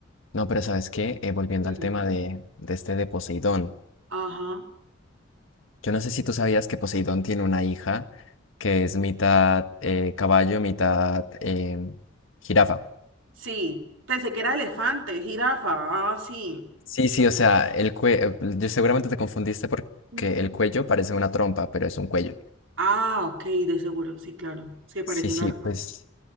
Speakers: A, on the left; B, on the right.
A: no, pero ¿sabes qué? Eh, volviendo
B: Mm,
A: al tema de, de este de Poseidón.
B: Ajá.
A: Yo no sé si tú sabías que Poseidón tiene una hija que es mitad eh, caballo, mitad em, jirafa.
B: Sí, pensé que era elefante, jirafa, ah, sí.
A: Sí, sí, o sea, el cuello, yo seguramente te confundiste porque
B: Ujú.
A: el cuello parece una trompa, pero es un cuello.
B: Ah, ok, de seguro, sí, claro, se parecen
A: Sí, sí,
B: harto.
A: pues,